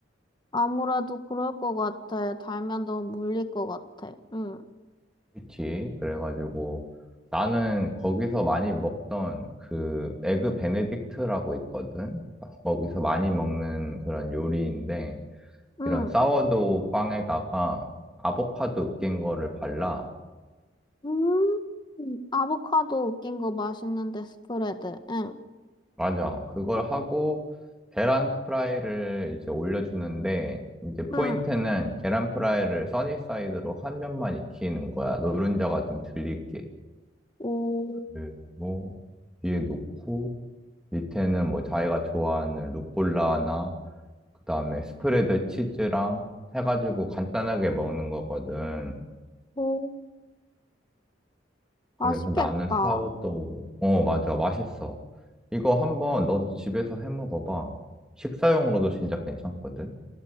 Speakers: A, on the left (about 25°); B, in the centre.
A: 아무래도 그럴 것 같아. 달면 너무 물릴 것 같아. 응,
B: 그치. 그래가지고 나는 거기서 많이 먹던 그 에그 베네딕트라고 있거든. 거기서 많이 먹는 그런 요리인데
A: 응.
B: 이런 사워도우 빵에다가 아보카도 으깬 거를 발라.
A: 음, 아보카도 웃긴 거 맛있는데, 스프레드. 응,
B: 맞아. 그걸 하고 계란 프라이를 이제 올려주는데 이제 포인트는
A: 응.
B: 계란 프라이를 써니사이드로 한 면만 익히는 거야. 노른자가 좀 들릴게.
A: 오,
B: 그리고 위에 놓고 밑에는 뭐 자기가 좋아하는 루꼴라나 그다음에 스프레드 치즈랑 해가지고 간단하게 먹는 거거든.
A: 오.
B: 그래서
A: 맛있겠다.
B: 나는 사워도 어, 맞아. 맛있어. 이거 한번 너도 집에서 해 먹어봐. 식사용으로도 진짜 괜찮거든.